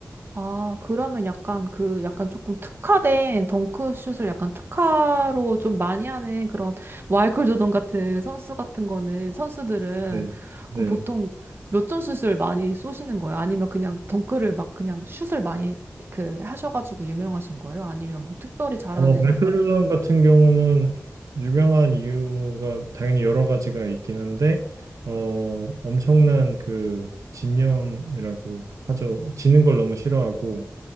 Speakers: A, on the right; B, on the right.
A: 아, 그러면 약간 그 약간 조금 특화된 덩크슛을 약간 특화로 좀 많이 하는 그런 마이클 조던 같은 선수 같은 거는 선수들은
B: 네. 네.
A: 그럼 보통 몇 점 슛을 많이 쏘시는 거예요? 아니면 그냥 덩크를 막 그냥 슛을 많이 그 하셔가지고 유명하신 거예요? 아니면 뭐 특별히 잘하는
B: 어, 마이클 j o 같은 경우는 유명한 이유가 당연히 여러 가지가 있긴 한데, 어, 엄청난 그 집념이라고 하죠. 지는 걸 너무 싫어하고,